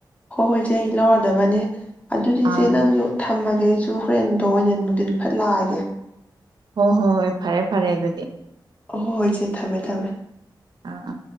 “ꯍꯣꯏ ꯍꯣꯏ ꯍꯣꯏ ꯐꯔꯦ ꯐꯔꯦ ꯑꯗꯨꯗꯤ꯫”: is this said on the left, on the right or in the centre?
Right